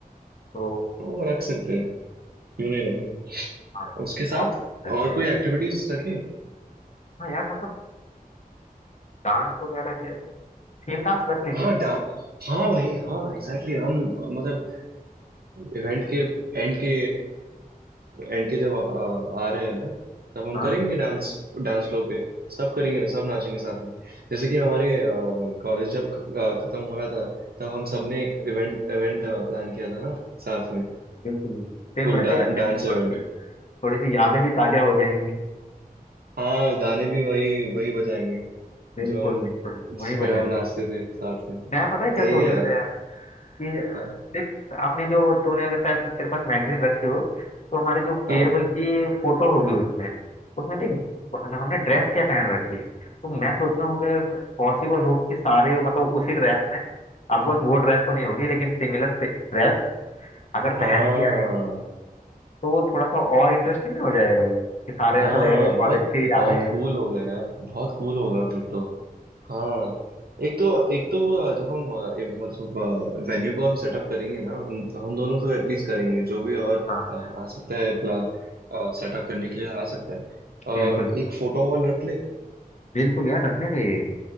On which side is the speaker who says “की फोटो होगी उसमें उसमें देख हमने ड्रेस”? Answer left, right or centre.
Left